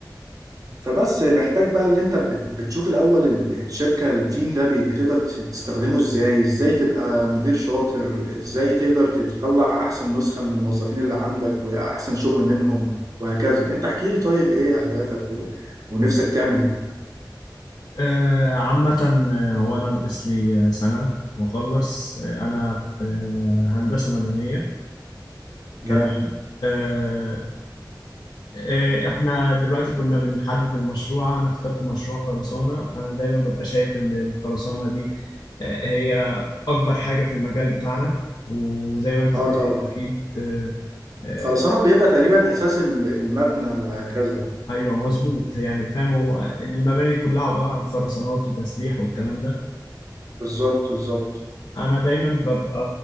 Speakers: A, on the right; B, on the left.
A: فبس محتاج بقى ان انت بت- بتشوف الاول ال- الشركه التيم ده بي- بتقدر تس- تستخدمه ازاي ازاي تبقى مدير شاطر ازاي تقدر ت- تطلع احسن نسخه من الموظفين اللي عندك واحسن شغل منهم وهكذا انت احكي لي طيب ايه اهدافك و... ونفسك تعمل ايه
B: آه، عامة آه، هو أنا ناقص لي آه، سنة وأخلص آه، أنا في آه، هندسة مدنية
A: جامد
B: تمام آه، آه، إحنا دلوقتي كنا بنحدد المشروع أنا اخترت مشروع خرسانة أنا دايما ببقى شايف ال- الخرسانة دي آه، هي أكبر حاجة في المجال بتاعنا وزي ما أنت
A: اه
B: فاهم
A: طبعا
B: أكيد آه، آه،
A: خرسانة بيبقى تقريبا أساس ال- المبنى وهكذا
B: أيوه مظبوط يعني فاهم هو المباني كلها عبارة عن خرسانات وتسليح والكلام ده
A: بالظبط بالظبط
B: انا دايما ببقى